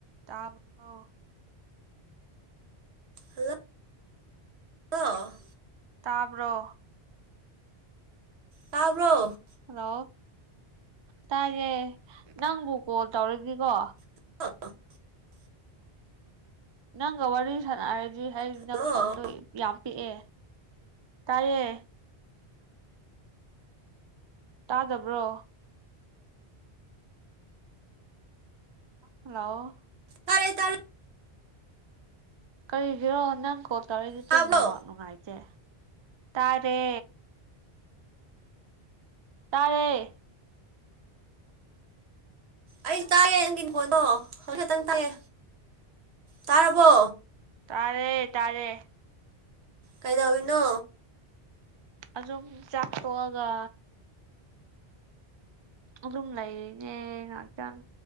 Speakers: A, on the right; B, on the right.
A: ꯇꯥ bro
B: hello ꯂꯣ
A: ꯇꯥꯕ꯭ꯔꯣ?
B: ꯇꯥꯕ꯭ꯔꯣ
A: ꯍꯜꯂꯣ ꯇꯥꯏꯌꯦ ꯅꯪꯕꯨ ꯀꯣꯜ ꯇꯧꯔꯒꯀꯣ
B: <inaudible> <unintelligible>
A: ꯅꯪꯒ ꯋꯥꯔꯤ ꯁꯥꯟꯅꯔꯗꯤ ꯍꯥꯢ
B: ꯍꯜꯂꯣ
A: ꯅꯈꯣꯟꯗꯣꯏ ꯌꯥꯝ ꯄꯤꯛꯑꯦ ꯇꯥꯏꯌꯦ ꯇꯥꯗꯕ꯭ꯔꯣ ꯍꯜꯂꯣ
B: ꯇꯥꯔꯦ ꯇꯥꯔꯦ
A: ꯀꯔꯤꯒꯤꯔꯣ ꯅꯪ ꯀꯣꯜ ꯇꯧꯔꯛꯏꯗꯤ ꯇꯨꯝ
B: ꯇꯥꯕ꯭ꯔꯣ
A: ꯅꯦꯠꯋꯥꯛ ꯅꯨꯡꯉꯥꯏꯇꯦ ꯇꯥꯔꯦ ꯇꯥꯔꯦ꯫
B: ꯑꯩ ꯇꯥꯏꯌꯦ ꯅꯪꯒꯤ ꯈꯣꯟꯗꯣ ꯍꯧꯖꯤꯛ ꯈꯛꯇꯪ ꯇꯥꯏꯌꯦ ꯇꯥꯔꯕꯣ
A: ꯇꯥꯔꯦ ꯇꯥꯔꯦ
B: ꯀꯩꯗꯧꯏꯅꯣ
A: ꯑꯗꯨꯝ ꯆꯥꯛ ꯇꯣꯛꯑꯒ ꯑꯗꯨꯝ ꯂꯩꯔꯤꯅꯦ ꯉꯥꯛꯇꯪ